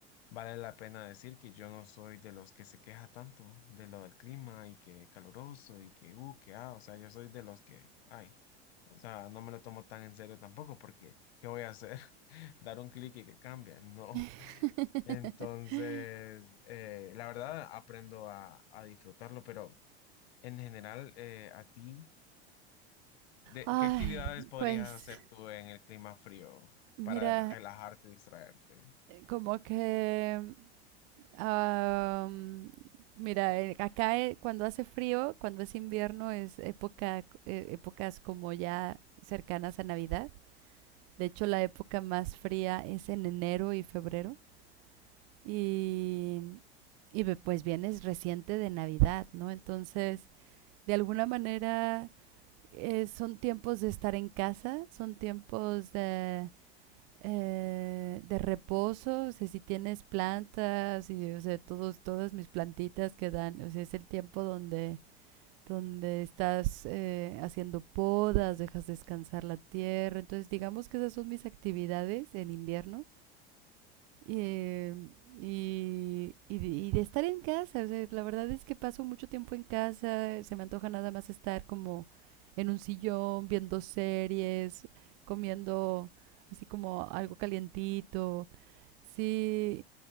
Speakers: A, on the left (about 75°); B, on the right (about 50°).
A: Vale la pena decir que yo no soy de los que se queja tanto de lo del clima y que caluroso y que uh, que ah, o sea, yo soy de los que, ay, o sea, no me lo tomo tan en serio tampoco porque, ¿qué voy a hacer? <laughs> Dar un clic y que cambia, no.
B: <laughs>
A: <laughs> Entonces, eh, la verdad, aprendo a, a disfrutarlo, pero en general, eh, a ti, de,
B: Ay,
A: ¿qué actividades podrías
B: pues
A: hacer tú en el clima frío
B: mira,
A: para relajarte y distraerte?
B: eh, como que, am, mira, eh, acá eh, cuando hace frío, cuando es invierno, es época, eh, épocas como ya cercanas a Navidad. De hecho, la época más fría es en enero y febrero. Y, y ve- pues vienes reciente de Navidad, ¿no? Entonces, de alguna manera, eh, son tiempos de estar en casa, son tiempos de eh, de reposo, o sea, si tienes plantas y, o sea, todos, todas mis plantitas que dan, o sea, es el tiempo donde, donde estás eh, haciendo podas, dejas descansar la tierra. Entonces, digamos que esas son mis actividades en invierno. Eh, y, y de, y de estar en casa. O sea, la verdad es que paso mucho tiempo en casa. Se me antoja nada más estar como en un sillón, viendo series, comiendo así como algo calientito. Sí,